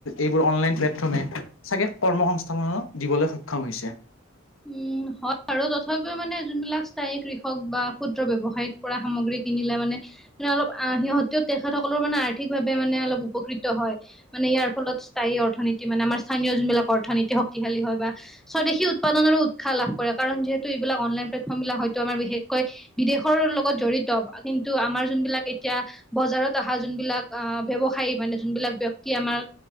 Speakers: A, on the left; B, in the centre.
A: এইবোৰ অনলাইন প্লেটফৰ্ম হে। চাগে কৰ্মসংস্থাপন দিবলে সক্ষম হৈছে।
B: উম, হয় আৰু তথাপিও মানে যোনবিলাক স্থায়ী কৃষক বা ক্ষুদ্ৰ ব্যৱসায়িক কৰা সামগ্ৰী, কিনিলে মানে মে অলপ সিহঁতেও তেখেতসকলৰ মানে আৰ্থিকভাৱে মানে অলপ উপকৃত হয়। মানে ইয়াৰ ফলত স্থায়ী অৰ্থনীতি মানে আমাৰ স্থানীয় যোনবিলাক অৰ্থনীতি শক্তিশালী হয় বা স্বদেশী উৎপাদনৰো উৎসাহ লাভ কৰে কাৰণ যিহেতু এইবিলাক অনলাইন প্লেটফৰ্ম বিলাক হয়তো আমাৰ বিশেষকৈ বিদেশৰ লোক লগত জৰিত কিন্তু আমাৰ যোনবিলাক এতিয়া বজাৰত অহ যোনবিলাক অ ব্যৱসায় খাই মানে যোনবিলাক ব্যক্তি আমাৰ